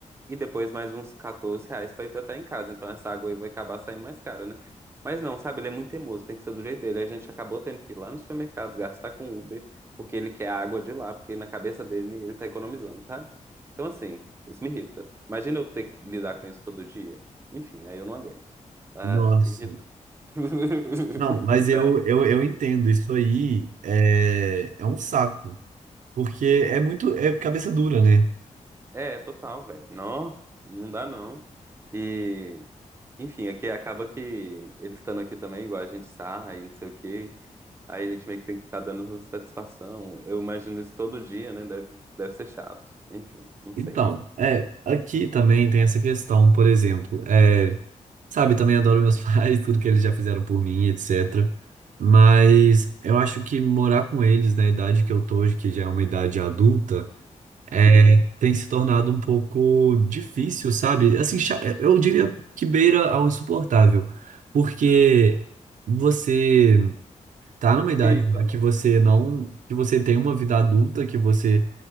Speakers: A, on the right; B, on the right.
A: e depois mais uns 14 reais pra hidratar em casa. Então essa água aí vai acabar saindo mais cara, né? Mas não, sabe? Ele é muito teimoso, tem que ser do jeito dele. A gente acabou tendo que ir lá no supermercado, gastar com Uber, porque ele quer a água de lá, porque na cabeça dele ele tá economizando, sabe? Então assim, isso me irrita. Imagina eu ter que lidar com isso todo dia. Enfim, aí eu não aguento. Ah,
B: Nossa.
A: eu fico irritado. <laughs>
B: Não, mas eu, eu, eu entendo, isso aí é, é um saco, porque é muito, é cabeça dura, né?
A: É, total, velho. Não, não dá não. E, enfim, aqui acaba que ele estando aqui também, igual a gente sarra e não sei o quê. Aí a gente meio que tem que ficar dando satisfação. Eu imagino isso todo dia, né? Deve, deve ser chato. Enfim, não
B: Então,
A: sei.
B: é, aqui também tem essa questão, por exemplo, é, sabe, também adoro meus <laughs> pais, tudo que eles já fizeram por mim, etc. Mas eu acho que morar com eles na idade que eu tô hoje, que já é uma idade adulta, é,
A: Uhum.
B: tem se tornado um pouco difícil, sabe? Assim, cha- eu diria que beira ao insuportável, porque você tá numa idade
A: Que isso?
B: lá que você não, que você tem uma vida adulta, que você